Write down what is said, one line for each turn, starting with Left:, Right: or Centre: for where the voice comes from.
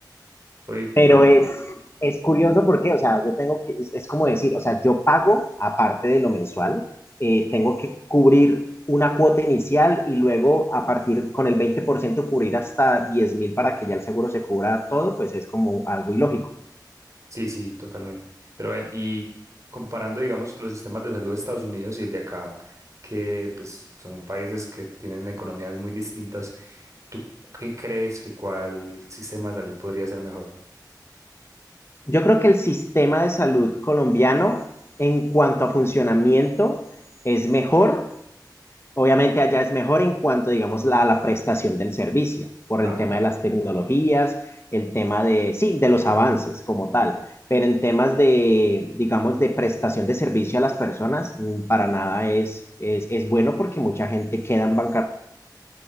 Right: Hoy,
Left: Pero
Right: bueno,
Left: es, es curioso porque, o sea, yo tengo que, es, es como decir, o sea, yo pago, aparte de lo mensual, eh, tengo que cubrir una cuota inicial y luego a partir con el 20% cubrir hasta diez mil para que ya el seguro se cubra todo, pues es como algo ilógico.
Right: sí, sí, totalmente. Pero ven, y comparando, digamos, los sistemas de salud de Estados Unidos y el de acá, que pues son países que tienen economías muy distintas, ¿tú qué crees que cuál sistema de salud podría ser mejor?
Left: Yo creo que el sistema de salud colombiano en cuanto a funcionamiento es mejor Obviamente allá es mejor en cuanto, digamos, a la, la prestación del servicio, por
Right: Ajá,
Left: el tema de las tecnologías, el tema de, sí, de los avances como tal, pero en temas de, digamos, de prestación de servicio a las personas, mm, para nada es, es, es bueno porque mucha gente queda en bancarrota